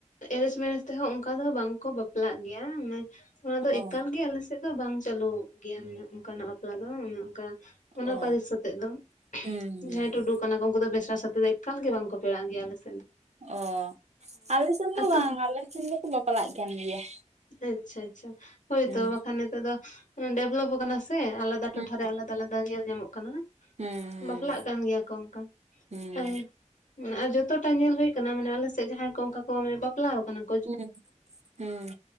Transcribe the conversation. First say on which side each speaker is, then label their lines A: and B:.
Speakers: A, on the left; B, on the right.
A: ᱮᱨᱮᱡ ᱢᱮᱨᱮᱡ ᱛᱮᱦᱚᱸ ᱚᱱᱠᱟ ᱫᱚ ᱵᱟᱝᱠᱚ ᱵᱟᱯᱞᱟᱜ ᱜᱮᱭᱟ, ᱢᱟᱱᱮ ᱚᱱᱟ ᱫᱚ
B: ᱚ
A: ᱮᱠᱟᱞᱜ ᱟᱞᱮ ᱥᱮᱫ ᱫᱚ ᱵᱟᱝ ᱪᱟᱹᱞᱩᱜ ᱜᱮᱭᱟ ᱚᱱᱮ ᱚᱱᱠᱟᱱᱟᱜ ᱵᱟᱯᱞᱟ ᱫᱚ ᱚᱱᱮ ᱚᱱᱠᱟ ᱚᱱᱟ
B: ᱚ
A: ᱯᱟᱹᱨᱤᱥ ᱥᱟᱛᱮᱜ ᱫᱚ
B: ᱦᱩᱸ ᱦᱩᱸ
A: ᱡᱟᱦᱟᱸᱭ ᱴᱩᱰᱩ ᱠᱟᱱᱟ ᱠᱚ ᱩᱱᱠᱩ ᱫᱚ ᱵᱮᱥᱨᱟ ᱥᱟᱛᱮᱜ ᱫᱚ ᱮᱠᱟᱞ ᱜᱮ ᱵᱟᱝᱠᱚ ᱯᱮᱟᱜ ᱜᱮᱭᱟ ᱟᱞᱮ ᱥᱮ
B: ᱚ ᱟᱞᱮ ᱥᱮᱱ ᱫᱚ
A: ᱟᱹᱛᱩ
B: ᱵᱟᱝ ᱟᱞᱮ ᱥᱮᱱ ᱫᱚᱠᱚ ᱵᱟᱯᱞᱟᱜ ᱠᱟᱱ ᱜᱮᱭᱟ᱾
A: ᱟᱪᱪᱷᱟ ᱟᱪᱪᱷᱟ ᱦᱳᱭᱛᱚ
B: ᱦᱩᱸ
A: ᱵᱟᱠᱷᱟᱱ ᱱᱮᱛᱟᱨ ᱫᱚ ᱰᱮᱵᱷᱞᱚᱯ ᱠᱟᱱᱟ ᱥᱮ ᱟᱞᱟᱫᱟ
B: ᱦᱩᱸ
A: ᱴᱚᱴᱷᱟᱨᱮ ᱟᱞᱟᱫᱟ ᱟᱞᱟᱫᱟ ᱧᱮᱞ ᱧᱟᱢᱚᱜ ᱠᱟᱱᱟ
B: ᱦᱩᱸ
A: ᱵᱟᱯᱞᱟᱜ ᱠᱟᱱ ᱜᱮᱭᱟ ᱠᱚ ᱚᱱᱠᱟ,
B: ᱦᱩᱸ
A: ᱟᱨ ᱢᱟᱱᱮ ᱟᱨ ᱡᱚᱛᱚᱴᱟ ᱧᱮᱞ ᱦᱩᱭᱳ ᱟᱠᱟᱱᱟ ᱢᱟᱱᱮ ᱟᱞᱮᱥᱮᱫ ᱡᱟᱦᱟᱸᱭ ᱠᱚ ᱚᱱᱠᱟ ᱠᱚ ᱢᱟᱱᱮ ᱵᱟᱯᱞᱟ ᱟᱠᱟᱱᱟ
B: ᱦᱩᱸᱜ ᱦᱩᱸ᱾